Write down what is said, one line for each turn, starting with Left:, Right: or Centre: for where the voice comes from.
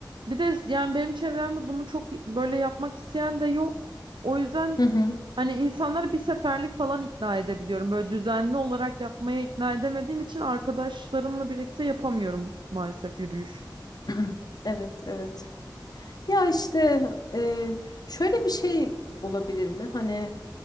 Right: Bir de yani benim çevremde bunu çok böyle yapmak isteyen de yok. O yüzden
Left: Hı hı.
Right: hani insanları bir seferlik falan ikna edebiliyorum. Böyle düzenli olarak yapmaya ikna edemediğim için arkadaşlarımla birlikte yapamıyorum maalesef yürüyüş.
Left: <clears throat> Evet, evet. Ya işte e, şöyle bir şey olabilir mi? Hani